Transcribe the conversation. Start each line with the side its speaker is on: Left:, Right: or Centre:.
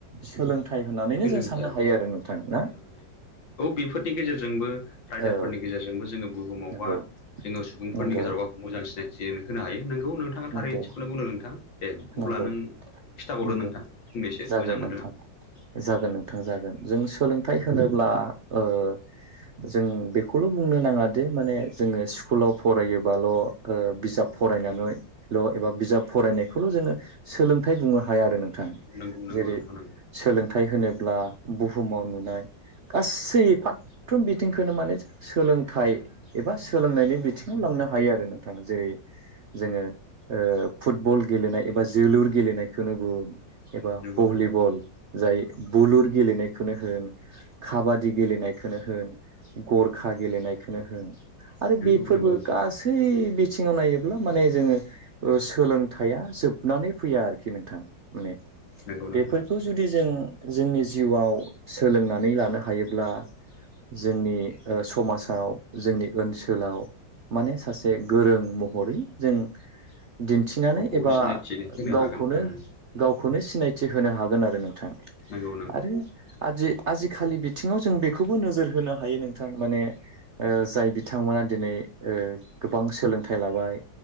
Right: सोलों थाइ होननानैनो
Left: सोलोंथाइ
Right: जों साननो
Left: साननानै
Right: हायो आरो नोंथां ना
Left: लानो हायो औ बेफोरनि गेजेरजोंबो राइडारफोरनि
Right: औ
Left: गेजेरजोंबो जोङो बुहुमाव
Right: नंगौ
Left: बा जोङो सुबुंफोरनि
Right: नंगौ
Left: गेजेराव गावखौ मोजां सिनायथि होनो हायो नों औ नोंथाङा
Right: नंगौ
Left: थारै थखौनो बुंदों नोंथां दे अब्ला
Right: नंगौ
Left: नों खिन्थाबावदो
Right: नंगौ
Left: नोंथां फंनैसो
Right: जागोन
Left: मोजां मोनदों
Right: नोंथां
Left: आं
Right: जागोन नोंथां जागोन जों सोलोंथाइ होनोब्ला‌ ओ जों बेखौल' बुंनो नाङा दि माने जोङो स्कुलाव फरायोबाल' ओ बिजाब फरायनानैल' एबा बिजाब फरायनायखौल' जोङो सोलोंथाइ बुंनो हाया आरो नोंथां
Left: नोंगौ नोंथां
Right: जेरै
Left: नोंगौ
Right: सोलोंथाइ होनोब्ला बुहुमाव नुनाय गासै फारफ्रोम बिथिंखौनो माने सोलोंथाइ एबा सोलोंनायनि बिथिङाव लाम नो हायो आरो नोंथाङा जेरै जोङो ओ फुटबल गेलेनाय एबा जोलुर गेलेनायखौनो बु एबा
Left: नंगौ
Right: भलिबल
Left: नोंथां
Right: जाय बुलुर गेलेनायखौनो होन काबादि गेलेनायखौनो होन गरखा गेलेनायखौनो होन आरो
Left: नंगौ
Right: बेफोरबो
Left: नंगौ नोंथां
Right: गासै बिथिङाव नायोब्ला माने जोङो ओ सोलोंथाइया जोबनानै फैया आरोखि नोंथां माने
Left: नोंगौ नोंथां
Right: बेखौ जुदि जों जोंनि जिउआव सोलोंनानै लानो हायोब्ला जोंनि समाजाव जोंनि ओनसोलाव माने सासे गोरों महरै जों दिन्थिनानै
Left: गावखौ
Right: एबा
Left: सिनायथि होनो
Right: गावखौनो
Left: हागोन उम
Right: गावखौनो सिनायथि होनो हागोन आरो नोंथाङा
Left: नंगौ
Right: आरो खालि बिथिङाव जों बेखौबो नोजोर होनो हायो नोंथां माने जाय बिथांमोना दिनै गोबां सोलोंथाइ लाबाय